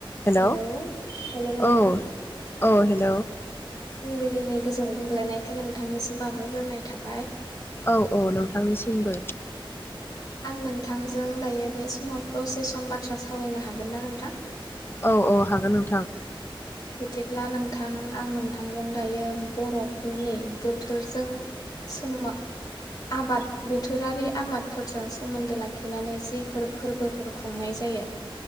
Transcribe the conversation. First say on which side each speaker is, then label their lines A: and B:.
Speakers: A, on the left (about 25°); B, on the left (about 45°).
A: Hello
B: hello hello नोंथां
A: औ औ हेल'
B: फुंबिलिनि गोजोन सामलायनायखौ नोंथांनोसिम बाहरग्रोनाय थाबाय
A: औ औ नोंथांनिसिमबो।
B: आं नोंथांजों दायो बे समाव दसे सम बाथ्रा सावरायनो हागोन ना नोंथां
A: औ औ हागोन नों
B: बिदि ब्ला नोंथां आं नोंथांजों दायो बर'फोरनि बोथोरजों सोमो आबाद बोथोरारि आबादफोरजों सोमोन्दो लाखिनानै जिफोर फोरबोफोर खुंनाय जायो।